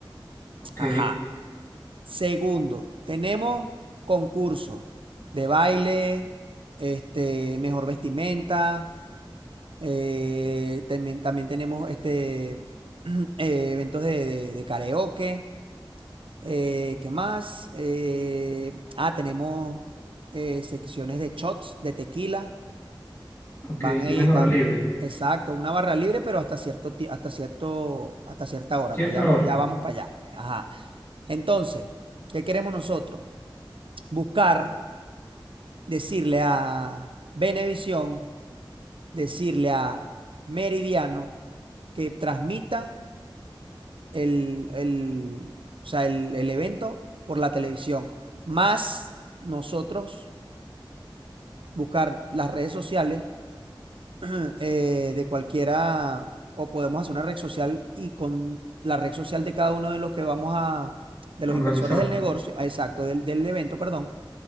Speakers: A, on the left; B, on the right.
A: ok,
B: Ajá. Segundo, tenemos concursos de baile, este, mejor vestimenta, eh, también, también tenemos este, <clears throat> eh, eventos de, de- de karaoke, eh, ¿qué más? Eh, ah, tenemos eh, secciones de shots, de tequila.
A: ok,
B: Van a
A: tienes
B: ir,
A: barra
B: van,
A: libre.
B: exacto, una barra libre, pero hasta cierto, ti- hasta cierto, hasta cierta hora,
A: Cierta
B: pero ya, mo-
A: hora,
B: ya vamos para allá. Ajá. Entonces, ¿qué queremos nosotros? Buscar, decirle a Venevisión, decirle a Meridiano que transmita el, el, o sea, el, el evento por la televisión, más nosotros buscar las redes sociales <clears throat> eh, de cualquiera, o podemos hacer una red social y con la red social de cada uno de los que vamos a, de los
A: a organizar.
B: inversores del negocio, ah, exacto, del, del evento, perdón,